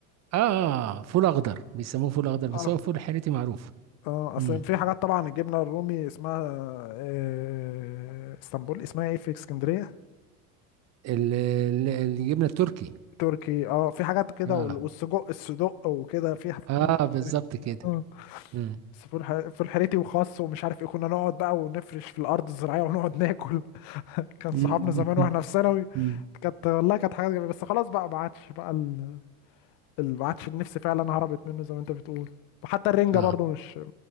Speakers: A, on the right (about 40°); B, on the left (about 55°).
A: اه آه، آه، فول اخضر بيسموه فول اخضر بس
B: اه
A: هو فول حريتي معروف
B: اه اصل
A: امم
B: في حاجات طبعا الجبنه الرومي اسمها آه، اسطنبول اسمها ايه في اسكندريه
A: ال- ال- الجبنه التركي
B: تركي اه في حاجات كده
A: اه
B: وال- والسجق الصدق وكده في
A: اه
B: في
A: بالظبط كده
B: اه
A: امم
B: بس في الح- في الحريتي وخاص ومش عارف ايه كنا نقعد بقى ونفرش في الارض الزراعيه ونقعد ناكل <laughs> كان صحابنا
A: أمم.
B: زمان واحنا في ثانوي
A: أمم.
B: كانت والله كانت حاجات جميله بس خلاص بقى ما عادش بقى ال... ال- ما عادش النفس فعلا هربت منه زي ما انت بتقول وحتى الرنجه
A: <laughs> اه
B: برضو مش